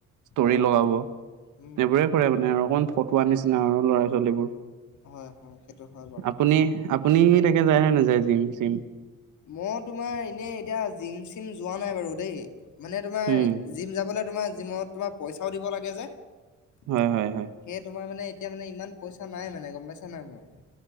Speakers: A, on the right; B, on the left.
A: ষ্টৰি
B: অ
A: লগাব এইবোৰে
B: উম
A: কৰে মানে আৰু অক ফটোৱা নিচিনা আৰু ল'ৰা ছোৱালীবোৰ।
B: হয় হয় সেইটো হয় বাৰু।
A: আপুনি, আপুনি তাকে যায় নে নাযায় জিম চিম?
B: মই তোমাৰ এনেই এতিয়া জিম চিম যোৱা নাই বাৰু। দেই মানে তোমাৰ
A: উম
B: জিম যাবলৈ তোমাৰ জিমত তোমাৰ পইচাও দিব লাগে যে। সে
A: হয় হয় হয়
B: তোমাৰ মানে এতিয়া মানে ইমান পইচা নাই মানে গম পাইছা নাই মোৰ।